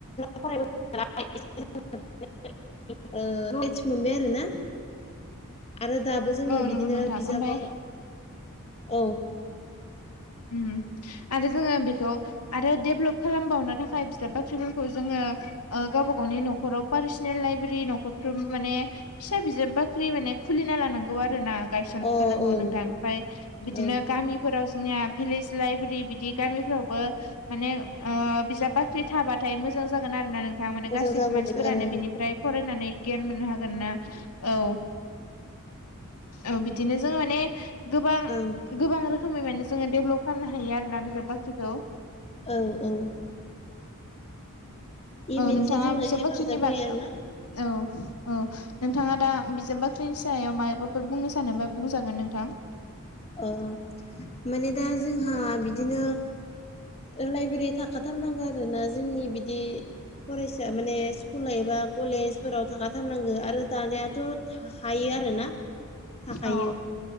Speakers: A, on the left (about 30°); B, on the left (about 80°).
A: फराय <unintelligible> <unintelligible> ओ नलेटस मोनबाय आरोना। आरो दाबो जोङो
B: औ
A: बिदिनो
B: नंगौ नोंथां
A: बिजाबाव
B: ओमफ्राय
A: औ
B: उम। आरो जोङो बेखौ आरो डेभलप खालामबावनो थाखाय बिजाब बाख्रिफोरखौ जोङो ओ गावबा गावनि न'खराव पार्सनेल लाइब्रेरि न'खरफ्रोम माने फिसा बिजाब बाख्रि माने खुलिना लानांगौ आरो ना। गायसनना
A: अ
B: होनांगौ
A: ओं
B: नोंथां ओमफाय बिदिनो
A: ओं
B: गामिफोराव जोंनिया भिलेज लाइब्रि बिदि गामिफ्रावबो माने ओ बिजाब बा ख्रि थाबाथाय मोजां जागोन आरो ना नोंथा माने
A: मोजां
B: गासिबो
A: जागौमोन
B: मानसिफोरानो
A: आरो
B: बिनिफ्राय फरायनानै गियान मोननो हागोन ना। औ औ बिदिनो जोङो माने गोबां
A: ओं
B: गोबां रोखोमै माने जोङो डेभलप खालामनो हायो आरोना बिजाब बाख्रिखौ।
A: औ औ। बे
B: ओ
A: मोनसे
B: नोंथाङा
A: जोंनो
B: बिजाब
A: हेफाजाब
B: बाख्रिनि
A: होयो
B: बाग
A: आरोना
B: औ औ। नोंथाङा दा बिजाब बाख्रिनि सायाव मायबाफोर बुंनो सानोबा बुंजागोन नोंथां।
A: अ माने दा जोंहा बिदिनो ओ लाइब्रेरि थाखाथारनांगौ आरो ना जोंनि बिदि फरायसा माने स्कुल एबा कलेजफोराव थाखाथारनांगो आरो दानियाथ' हायो आरोना थाखायो
B: औ